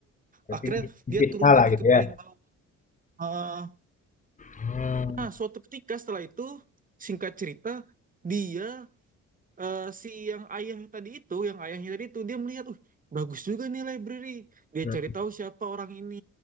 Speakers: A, on the left (about 25°); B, on the right (about 25°).
A: berarti
B: akhirnya dia
A: di
B: turun
A: lah
B: lagi
A: gitu
B: ke paling
A: ya?
B: bawah Ah,
A: Hmm,
B: nah suatu ketika setelah itu singkat cerita dia eh, si yang ayah tadi itu yang ayahnya tadi itu dia melihat uh bagus juga nih library dia
A: hmm.
B: cari tahu siapa orang ini